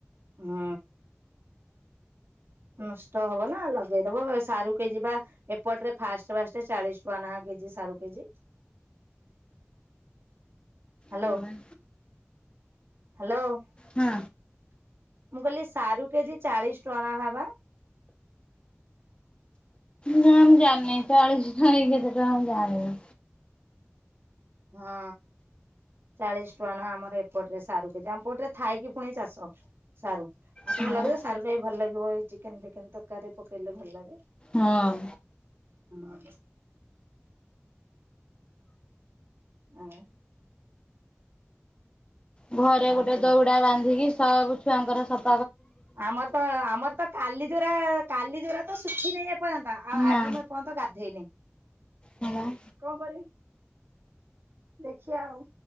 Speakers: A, on the right; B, on the left.
A: ହୁଁ। ନଷ୍ଟ ହବ ନା ଲଗେଇଦବ। ସାରୁ କେଜି ପା ଏପଟରେ ଫାଷ୍ଟ ଫାଷ୍ଟ ଚାଳିଶ ଟୁଆଁ ନାଖା, କେଜି ସାରୁ କେଜି। ହ୍ୟାଲୋ!
B: ହଁ
A: ହ୍ୟାଲୋ। ମୁଁ,
B: ନା
A: କହିଲି ସାରୁ କେଜି ଚାଳିଶ ଟଆଁ ନଖା ବା!
B: ନାଁ ମୁଁ ଜାଣନି? ଚାଳିଶ ଟଆଁ କି କେତେ ଟଆଁ ମୁଁ ଜାଣନି?
A: ହଁ, ଚାଳିଶ ଟଆଁ ନାଖା ଆମର ଏପଟରେ ସାରୁ। ଯଉ ଆମପଟରେ, ଥାଇକି ପୁଣି ଚାଷ ସାରୁ ଆଉ
B: ହଁ
A: ତମେ ଲାଗେଇଦବ। ସାରୁ ଟା ବି ଭଲ ଲାଗିବ ଏଇ ଚିକେନ୍ ଫିକେନ୍ ତକାରୀ ରେ ପକେଇଲେ ଭଲ ଲାଗେ।
B: ହଁ।
A: ହୁଁ। ଆଉ।
B: ଘରେ
A: ଆଉ
B: ଗୋଟେ
A: କଣ
B: ଦୌଡା
A: କହୁଛ?
B: ବାନ୍ଧିକି, ସବ୍ ଛୁଆଙ୍କର ସଫ୍
A: ଆମର ତ ଆମର ତ କାଲି ଯୋରା କାଲି ଯୋରା ତ ଶୁଖିିନେହିଁ, ଏପ୍ ଏପୟନ୍ତ। ଆଉ,
B: ନା
A: ଆଜି ମୁଁ ଏପୟନ୍ତ ଗାଧେଇନି,
B: ହେଲା।
A: କଣ କରିମି? ଦେଖିିଆ ଆଉ,